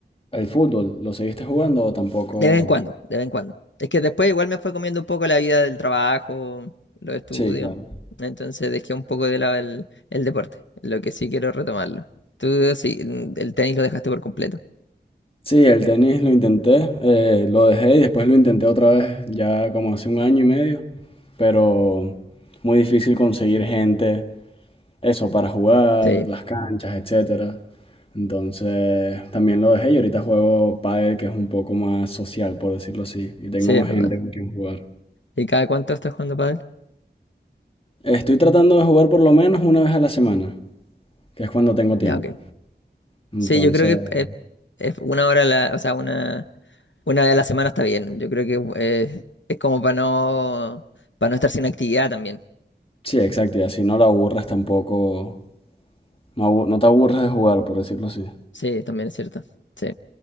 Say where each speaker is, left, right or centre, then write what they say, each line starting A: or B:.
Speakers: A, on the left; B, on the left.
A: ¿El fútbol lo seguiste jugando o tampoco?
B: De vez en cuando, de vez en cuando. Es que después igual me fue comiendo un poco la vida del trabajo, los estudios.
A: Sí, claro.
B: Entonces dejé un poco de lado el, el deporte, lo que sí quiero retomarlo. Tú sí, mm, el tenis lo dejaste por completo.
A: Sí, el tenis lo intenté, eh, lo dejé y después lo intenté otra vez, ya como hace un año y medio, pero muy difícil conseguir gente, eso, para jugar,
B: Sí,
A: las canchas, etcétera. Entonces, también lo dejé y ahorita juego pádel, que es un poco más social, por decirlo así, y tengo
B: sí,
A: más
B: es verdad.
A: gente con quien jugar.
B: ¿Y cada cuánto estás jugando pádel?
A: Estoy tratando de jugar por lo menos una vez a la semana, que es cuando tengo tiempo.
B: Ya, ok.
A: Entonces,
B: Sí, yo creo que es, es- una hora, a la, o sea, una, una vez a la semana está bien. Yo creo que eh, es como para no, para no estar sin actividad también.
A: sí, exacto, y así no la aburres tampoco, no, abu- no te aburres de jugar, por decirlo así.
B: Sí, también es cierto. Sí.